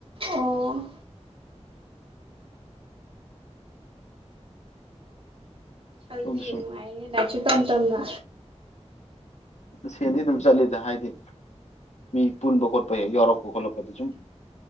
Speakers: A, on the right; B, on the left.
A: ꯑꯣ ꯑꯗꯨꯜꯗꯤ
B: ꯁꯣꯝꯗ ꯁꯨꯝ
A: ꯅꯨꯡꯉꯥꯏꯅꯦ ꯂꯥꯏꯁꯨ ꯇꯝ ꯇꯝꯅ
B: ꯁꯦꯟꯗꯤ ꯑꯗꯨꯝ ꯆꯠꯂꯤꯗ ꯍꯥꯏꯗꯤ ꯃꯤ ꯄꯨꯟꯕ ꯈꯣꯠꯄ ꯍꯦꯛ ꯌꯥꯎꯔꯛꯄ ꯈꯣꯠꯂꯛꯄꯗ ꯁꯨꯝ